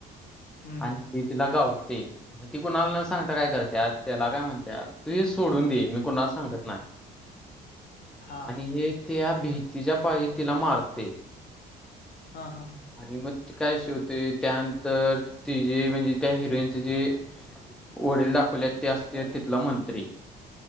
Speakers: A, on the left; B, in the centre.
A: हं
B: आणि
A: हं
B: ती तिला गावते. मग ती कुणाला न सांगता काय करते त्याला काय म्हणत्या तू हे सोडून दे मी कुणाला सांगत नाही.
A: हां
B: आणि हे त्या भीतीच्या पायी तिला मारते.
A: हा हा हा.
B: आणि मग ते काय शिवते त्यानंतर तिजे म्हणजे त्या हिरोईन ते जे वडील दाखवले ते असते तिथला मंत्री